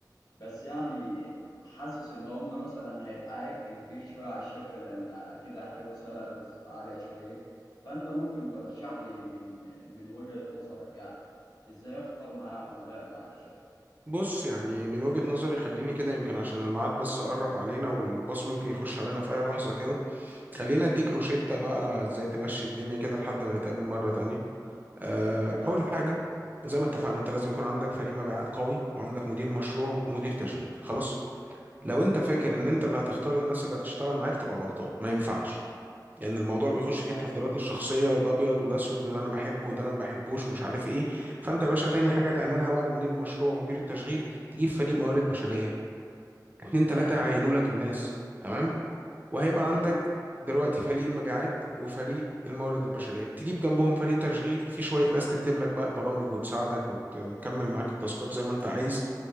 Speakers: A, on the left (about 60°); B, on the right (about 25°).
A: بس يعني حاسس ان هم مثلا هيبقى عبء كبير شويه على الشركه لان اكيد هيحتاجوا سالاريز عاليه شويه فانت ممكن ترشح لي من من وجهه نظرك يعني ازاي اختار معايا عملاء معايا في الشركه
B: بص يعني من وجهة نظري خليني كده يمكن عشان الميعاد بس قرب علينا والبوس ممكن يخش علينا في أي لحظة كده خلينا أديك روشتة بقى إزاي تمشي الدنيا كده لحد ما نتقابل مرة تانية آه،
A: تمام
B: أول حاجة زي ما اتفقنا أنت لازم يكون عندك فريق مبيعات قوي وعندك مدير مشروع ومدير تشغيل خلاص لو أنت فاكر
A: خلاص
B: إن أنت اللي هتختار الناس اللي هتشتغل معاك تبقى غلطان ما ينفعش لان الموضوع بيخش فيه التفضيلات
A: ايوه
B: الشخصيه وده ابيض وده اسود وده انا بحبه وده انا ما بحبوش ومش عارف ايه فانت يا باشا تاني حاجه تعملها بعد مدير المشروع ومدير التشغيل تجيب فريق موارد بشريه اتنين تلاته
A: ايوه
B: يعينوا لك الناس تمام وهيبقى عندك
A: ايوه
B: دلوقتي فريق المبيعات وفريق الموارد البشريه تجيب جنبهم فريق تشغيل في شويه ناس تكتب لك بقى البرامج وتساعدك وت... وتكمل معاك التاسكات زي ما انت عايز